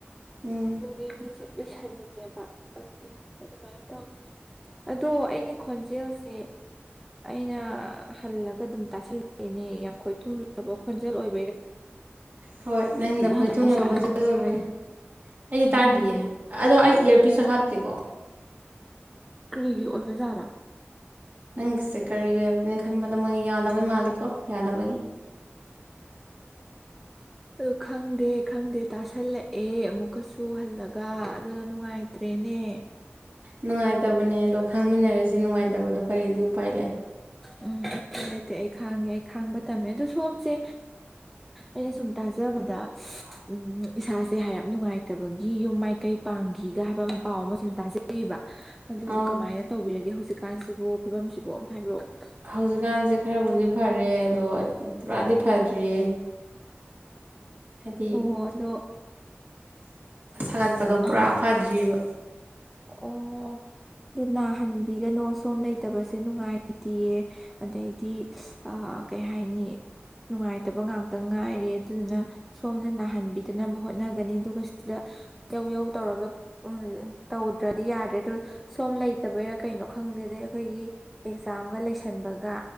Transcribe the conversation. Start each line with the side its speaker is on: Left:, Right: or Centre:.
Right: ꯎꯝ
Centre: ꯑꯗꯨꯒꯤ ꯃꯤꯠꯁꯦ ꯎꯨꯢꯁꯟꯅꯤꯡꯉꯦꯕ ꯑꯗꯨꯃꯥꯏꯅ ꯇꯧꯋꯤ ꯑꯗꯣ ꯑꯩꯒꯤ ꯈꯣꯟꯖꯦꯜꯁꯦ ꯑꯩꯅ ꯍꯜꯂꯒ ꯑꯗꯨꯝ ꯇꯥꯁꯜꯂ ꯑꯦꯅꯤ ꯌꯥꯝ ꯈꯣꯏꯊꯨꯝꯂꯕ ꯈꯣꯟꯖꯦꯜ ꯑꯣꯏ
Right: ꯍꯣꯏ ꯅꯪꯗ ꯑꯩꯈꯣꯏ
Centre: ꯍꯜꯂ
Right: ꯆꯨꯝꯅꯕ
Centre: ꯇꯥꯁꯜꯂꯦ
Right: ꯍꯣꯠꯖ ꯑꯣꯏꯕꯅꯤ ꯑꯩ
Centre: ꯎꯝ
Right: ꯇꯥꯗꯤꯌꯦ ꯑꯗꯣ ꯑꯩ ꯏꯌꯥꯔꯄꯤꯁꯁꯨ ꯍꯥꯞꯇꯦꯀꯣ
Centre: ꯀꯔꯤꯒꯤ ꯑꯣꯏꯕꯖꯥꯠꯔꯥ
Right: ꯅꯪꯒꯤꯁꯦ ꯀꯔꯤꯒꯤ ꯑꯣꯏꯕꯅ ꯈꯟꯕꯗ ꯃꯣꯏ ꯌꯥꯗꯕꯩ ꯃꯥꯂꯦꯀꯣ ꯌꯥꯗꯕꯒꯤ
Centre: ꯑꯗꯨ ꯈꯪꯗꯦ ꯈꯪꯗꯦ ꯇꯥꯁꯜꯂꯛꯑꯦ ꯑꯃꯨꯛ ꯀꯁꯨ ꯍꯜꯂꯒ ꯑꯗꯨꯅ ꯅꯨꯡꯉꯥꯏꯇ꯭ꯔꯦꯅꯦ
Right: ꯅꯨꯡꯉꯥꯏꯇꯕꯅꯦ ꯑꯗꯣ ꯈꯥꯡꯃꯤꯟꯅꯔꯁꯤ ꯅꯨꯡꯉꯥꯏꯇꯕꯗꯣ ꯀꯔꯤꯗꯤ ꯎꯄꯥꯏ ꯂꯩ
Centre: ꯎꯝ ꯂꯩꯇꯦ ꯑꯩ ꯈꯥꯡꯉꯦ ꯑꯩ ꯈꯥꯡꯕ ꯇꯝꯃꯦ ꯑꯗꯣ ꯁꯣꯝꯁꯦ ꯑꯩꯅ ꯁꯨꯝ ꯇꯥꯖꯕꯗ
Right: ꯗ
Centre: ꯎꯝ ꯏꯁꯥꯁꯦ ꯍꯥꯏꯔꯞ ꯅꯨꯡꯉꯥꯏꯇꯕꯒꯤ ꯌꯨꯝ ꯃꯥꯏꯀꯩ ꯄꯥꯡꯈꯤꯒ ꯍꯥꯏꯕ ꯑꯃ ꯄꯥꯎ ꯑꯃ ꯁꯨꯝ ꯇꯥꯖꯕ ꯑꯗꯣ
Right: ꯑꯧ
Centre: ꯀꯃꯥꯏꯅ ꯇꯧꯕꯤꯔꯒꯦ ꯍꯧꯖꯤꯛꯀꯥꯟꯁꯤꯕꯨ ꯐꯤꯕꯝꯁꯤꯕꯨ ꯑꯝꯇ ꯍꯥꯏꯕꯤꯔꯛꯑꯣ
Right: ꯍꯧꯖꯤꯛꯀꯥꯟꯁꯦ ꯈꯔꯕꯨꯗꯤ ꯐꯔꯦ ꯑꯗꯣ ꯄꯨꯔꯥꯗꯤ ꯐꯗ꯭ꯔꯤꯌꯦ ꯍꯥꯏꯗꯤ
Centre: ꯑꯣ ꯑꯗꯣ
Right: ꯁꯥꯒꯠꯄꯗꯣ ꯄꯨꯔꯥ
Centre: ꯑ
Right: ꯐꯗ꯭ꯑꯔꯤꯕ
Centre: ꯑꯣ ꯑꯗꯨ ꯅꯥꯍꯟꯕꯤꯒꯅꯣ ꯁꯣꯝ ꯂꯩꯇꯕꯁꯦ ꯅꯨꯡꯉꯥꯏꯇꯌꯦ ꯑꯗꯩꯗꯤ ꯀꯩ ꯍꯥꯏꯥꯏꯅꯤ ꯅꯨꯡꯉꯥꯏꯇꯕ ꯉꯥꯛꯇ ꯉꯥꯏꯔꯦ ꯑꯗꯨꯗꯨꯅ ꯁꯣꯝꯅ ꯅꯥꯍꯟꯕꯤꯗꯅꯕ ꯍꯣꯠꯅꯒꯅꯤ ꯑꯗꯨꯒ ꯁꯤꯗ ꯌꯧ ꯌꯧ ꯇꯧꯔꯒ ꯇꯧꯗ꯭ꯔꯗꯤ ꯌꯥꯗ꯭ꯔꯦ ꯑꯗꯨ ꯁꯣꯝ ꯂꯩ ꯂꯩꯠꯇꯕꯩꯔꯥ ꯀꯩꯅꯣ ꯈꯪꯗꯦ ꯑꯗꯩ ꯑꯩꯈꯣꯏꯒꯤ ꯑꯦꯛꯖꯥꯝꯒ ꯂꯩꯁꯟꯕꯒ